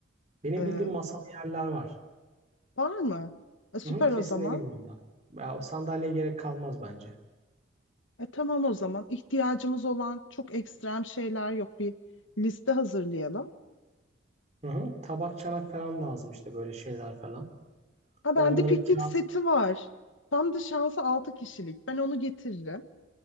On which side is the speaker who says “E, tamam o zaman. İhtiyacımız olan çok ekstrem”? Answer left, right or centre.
Left